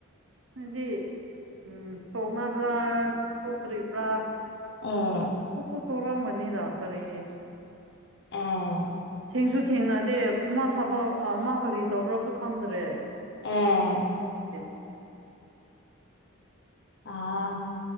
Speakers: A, on the right; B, on the left.
A: ꯍꯥꯏꯗꯤ ꯎꯝ ꯊꯣꯛꯣꯡꯃꯕ꯭ꯔꯥ ꯊꯧꯇ꯭ꯔꯤꯕ꯭ꯔꯥ
B: ꯑꯣ
A: ꯑꯁꯨꯣ ꯊꯔꯥ ꯃꯅꯤꯗ ꯈꯔꯦ
B: ꯑꯥ
A: ꯊꯦꯡꯁꯨ ꯊꯦꯡꯅꯗ ꯗ ꯃꯥ ꯊꯕꯛ ꯃꯥ ꯀꯔꯤ ꯇꯧꯕ꯭ꯔꯁꯨ ꯈꯪꯗ꯭ꯔꯦ
B: ꯑꯦ
A: ꯑꯦ
B: ꯑ